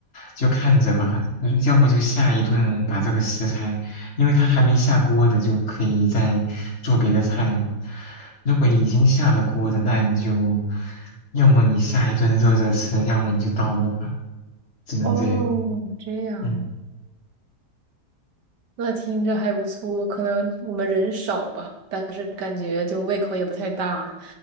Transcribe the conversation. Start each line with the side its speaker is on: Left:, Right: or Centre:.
Left: 就看着吧，嗯要么就下一顿把这个食材，因为它还没下锅的，就可以再做别的菜嘛。如果已经下了锅的，
Right: 嗯，
Left: 那你就要么你下一顿热热吃，要么你就倒了吧，只能这样。
Right: 哦，这样，
Left: 嗯，
Right: 那听着还不错。可能我们人少吧，但是感觉就胃口也不太大，